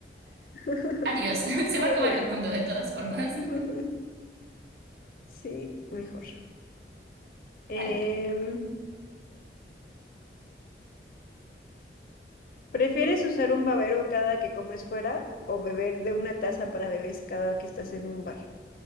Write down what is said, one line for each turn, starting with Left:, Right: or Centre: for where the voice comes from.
Left: <laughs>
Right: Adiós. <laughs> Se
Left: Adiós.
Right: va a acabar el mundo de todas formas.
Left: <laughs>
Right: <laughs>
Left: Sí, mejor. Em,
Right: Válido.
Left: ¿prefieres usar un babero cada que comes fuera o beber de una taza para bebés cada que estás en un bar?